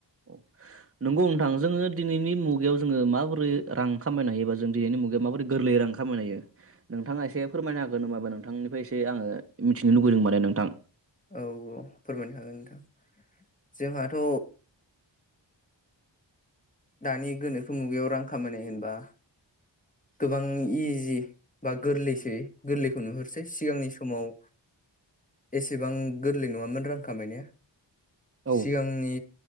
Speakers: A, on the right; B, on the left.
A: औ नंगौ नोंथां जोङो दिनैनि मुगायाव जोङो माबोरै रां खामायनो हायो बा जों दिनैनि मुगायाव माबोरै गोरलैयै रां खामायनो हायो? नोंथाङा एसे फोरमायनो हागोन होनबाबो नोंथांनिफ्राय एसे आङो मिथिनो लुगैदों माने नोंथां।
B: औ औ फोरमायनो हागोन नोंथां जोंहाथ' दानि गोनोखो मुगायाव रां खामायनाय होनबा गोबां इजि बा गोरलैसै गोरलैखौ नुहुरसै सिगांनि समाव एसेबां गोरलै नङामोन रां खामायनाया
A: औ
B: सिगांनि